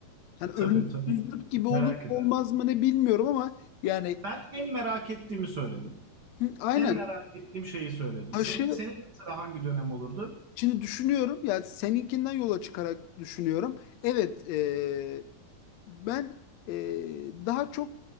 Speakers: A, on the left; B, on the right.
A: Hani
B: E,
A: ölümsüzlük
B: tabii tabii ki.
A: gibi olur
B: Merak
A: mu
B: edersin.
A: olmaz mı ne bilmiyorum ama yani
B: Ben en merak ettiğimi söyledim.
A: hı, aynen
B: En merak ettiğim şeyi söyledim.
A: taşı
B: Senin senin mesela hangi dönem olurdu?
A: Şimdi düşünüyorum ya seninkinden yola çıkarak düşünüyorum. Evet e, ben e, daha çok